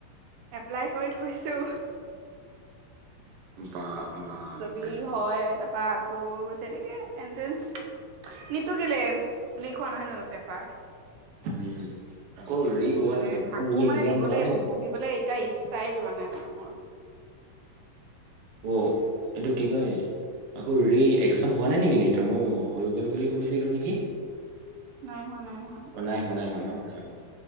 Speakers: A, on the right (about 80°); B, on the right (about 55°).
A: এপ্লাই কৰি থৈছো।
B: বা! বাপৰে
A: যদি
B: বাপ
A: হয় তাৰপা আক তেনেকে এণ্ট্ৰেন্স, নিটটো কেলে লিক হোৱা নাই জানো পেপাৰ?
B: উম হম আকৌ ৰি
A: ত
B: হোৱা
A: মানে আকৌ
B: ৰি এক্জাম
A: মানে দিবলৈ
B: হোৱা নাই
A: এইবোৰ
B: নেকি
A: পঢ়িবলৈ এটা ইচ্ছাই যোৱা নাই মানুহৰ।
B: অ ইটো কি কয়? আকৌ ৰি একজাম হোৱা নাই নেকি ন মই হৈ গল বুলি শুনিছিলো নেকি
A: নাই হোৱা নাই হোৱা
B: অ নাই হ নাই হ ন নাই হ।